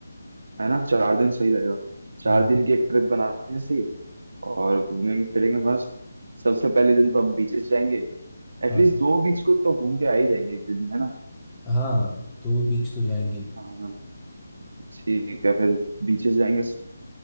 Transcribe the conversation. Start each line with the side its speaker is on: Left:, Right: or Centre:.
Right: है ना चार दिन सही रहेगा चार
Left: हाँ
Right: दिन की एक ट्रिप बनाते हैं सही और घूमेंगे फिरेंगे मस्त सबसे पहले दिन तो हम बीचेस जाएंगे एटलीस्ट
Left: हाँ
Right: दो बीच को तो घूम के आ ही जाएंगे एक दिन में है ना
Left: हाँ तो बीच तो जाएंगे
Right: हाँ ठीक है फिर बीचेस जाएंगे